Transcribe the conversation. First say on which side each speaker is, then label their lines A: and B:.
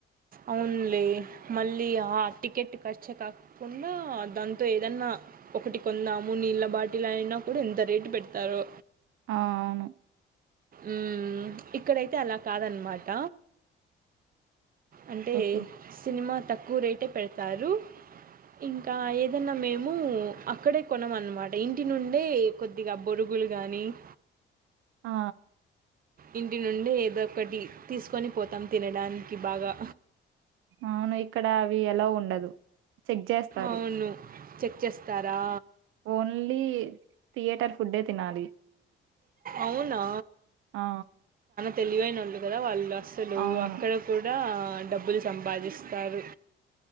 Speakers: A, on the right; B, on the right.
A: అవునులే మళ్ళీ ఆ టికెట్ ఖర్చు కాక కుండా దాంతో ఏదన్నా ఒకటి కొందామ నీళ్ళ బాటిల్ అయినా కూడా ఎంత రేటు పెడతారో
B: ఆ అవును
A: ఉ ఇక్కడైతే అలా కాదన్మాట అంటే
B: ఓకే.
A: సినిమా తక్కువ రేటే పెడతారు ఇంకా ఏదన్నా మేము అక్కడే కొనమన్నమాట ఇంటి నుండే కొద్దిగా బొరుగులు గానీ త
B: ఆ
A: ఇంటి నుండి ఏద ఒకటి తీసుకొని పోతాం తినడానికి బాగా
B: అవును ఇక్కడ అవి ఎలోవ్ ఉండదు చెక్ చేస్తారు
A: అవును చెక్ చేస్తారా
B: ఓన్లీ థియేటర్ ఫుడే తినాలి
A: అవునా
B: ఆ
A: తెలివైనోళ్ళు కదా వాళ్ళు అసలు
B: అవును.
A: అక్కడ కూడా డబ్బులు సంపాదిస్తారు